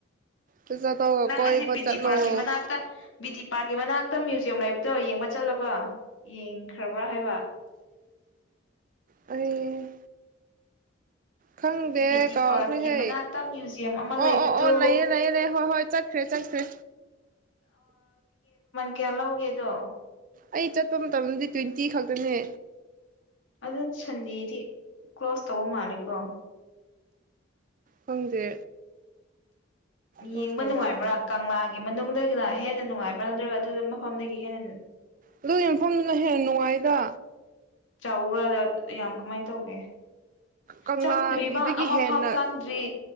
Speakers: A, on the right (about 45°); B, on the left (about 85°).
A: ꯆꯠ ꯇꯧꯒ
B: ꯅꯪ
A: ꯀꯣꯏꯕ
B: ꯑꯁꯤꯁ ꯕꯤ
A: ꯆꯠꯂꯣ
B: ꯇꯤ ꯄꯥꯔꯛꯀꯤ ꯃꯅꯥꯛꯇ ꯕꯤ ꯇꯤ ꯄꯥꯀꯤ ꯃꯅꯥꯛꯇ ꯃ꯭ꯌꯨꯖꯌꯝ ꯂꯩꯕꯗꯣ ꯌꯦꯡꯕ ꯆꯠꯂꯕ ꯌꯦꯡꯈ꯭ꯔꯕ꯭ꯔꯥ ꯍꯥꯏꯕ
A: ꯑꯏ ꯈꯪꯗꯦ
B: ꯕꯤ ꯇꯤ
A: ꯀꯥꯎꯈ꯭ꯔꯦꯍꯦ
B: ꯄꯥꯔꯛꯀꯤ ꯃꯅꯥꯛꯇ ꯃ꯭ꯌꯨꯖꯤꯌꯝ ꯑꯃ
A: ꯑꯣ
B: ꯂꯩꯕꯗꯣ
A: ꯑꯣ ꯑꯣ ꯂꯩꯌꯦ ꯂꯩꯌꯦ ꯂꯩꯌꯦ ꯍꯣꯏ ꯍꯣꯏ ꯆꯠꯈ꯭ꯔꯦ ꯆꯠꯈ꯭ꯔꯦ
B: ꯀꯩꯌꯥ ꯂꯥꯎꯒꯦꯗꯣ
A: ꯑꯩ ꯆꯠꯄ ꯃꯇꯝꯗꯗꯤ ꯇ꯭ꯋꯦꯟꯇꯤ ꯈꯛꯇꯅꯦ
B: ꯑꯗꯨꯝ ꯁꯟꯗꯦꯗꯤ ꯀ꯭ꯂꯣꯁ ꯇꯧꯕ ꯃꯥꯂꯦꯀꯣ
A: ꯈꯪꯗꯦ ꯀ꯭ꯂꯣꯁ
B: ꯌꯦꯡꯕ
A: ꯇꯧꯕ꯭ꯔꯥ
B: ꯅꯨꯡꯉꯥꯏꯕ꯭ꯔꯥ ꯀꯪꯂꯥꯒꯤ ꯃꯅꯨꯡꯗꯒꯤꯅ ꯍꯦꯟꯅ ꯅꯨꯡꯉꯥꯏ ꯅꯠꯇ꯭ꯔꯒ ꯑꯗꯨ ꯃꯐꯝꯗꯒꯤ ꯍꯦꯟꯅ ꯑꯗꯨ
A: ꯑꯗꯨꯒꯤ ꯃꯐꯝꯗꯨꯅ ꯍꯦꯟꯅ ꯅꯨꯡꯉꯥꯏꯗ
B: ꯆꯥꯎꯕ꯭ꯔꯥ ꯌꯥꯝ ꯀꯃꯥꯏ ꯇꯧꯒꯦ
A: ꯀꯪꯂꯥꯒꯤꯗꯒꯤ
B: ꯆꯪꯗ꯭ꯔꯤꯕ ꯑꯃꯐꯥꯎ
A: ꯍꯦꯟꯅ
B: ꯆꯪꯗ꯭ꯔꯤ